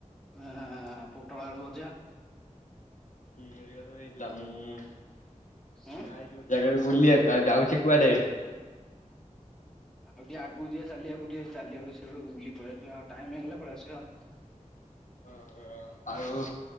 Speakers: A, in the centre; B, on the left.
A: ଆ ପୋଟଳ ଆଳୁ ଭଜା
B: ହଁ ହେଇଥିଲା ମୁଁ ଯାଇଛି
A: ଉଁ
B: ଗୋଟେ ଜାଗା ବୁଲିବାକୁ ଯାଉଛିି କୁଆଡେ?
A: ଆଉ ଟିକେ ଆଗକୁ ଯିବେ ଚାଲିବାକୁ ଟିକେ ଚାଲିବାକୁ ସେଇଠୁ ବୁଲି ପଳେଇଆସିବା ଆଉ ଟାଇମ ହେଇଗଲେ ପଳେଇଆସିବା ଆଉ
B: ହଉ <unintelligible> ଆଉ